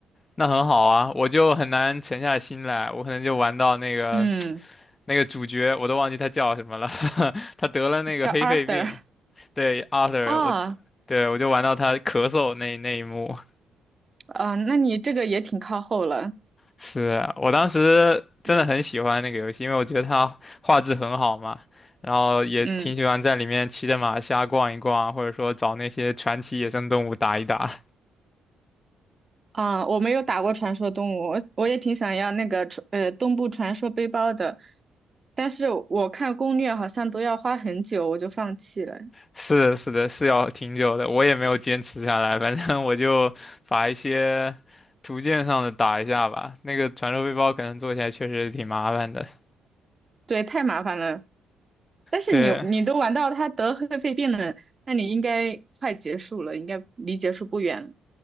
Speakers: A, on the left (about 30°); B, on the right (about 30°).
A: 那很好啊，我就很难沉下心来，我可能就玩到那个
B: 嗯，
A: 那个主角，我都忘记他叫什么了，<laughs> 他得了那个黑肺病，
B: 叫 Arthur。
A: 对，Arthur，
B: 啊
A: 我对我就玩到他咳嗽那那一幕，
B: 啊，那你这个也挺靠后了。
A: 是啊我当时真的很喜欢那个游戏，
B: 嗯
A: 因为我觉得它画质很好嘛，然后也挺喜欢在里面骑着马瞎逛一逛，
B: 嗯
A: 或者说找那些传奇野生动物打一打。
B: 啊，我没有打过传说动物，我我也挺想要那个传呃东部传说背包的，但是我看攻略好像都要花很久，我就放弃了。
A: 是的，是的，是要挺久的，我也没有坚持下来，反正我就把一些图鉴上的打一下吧。那个传说背包可能做起来确实挺麻烦的，
B: 对，太麻烦了。但是你你都玩到他得黑肺病了，
A: 对。
B: 那你应该快结束了，应该离结束不远了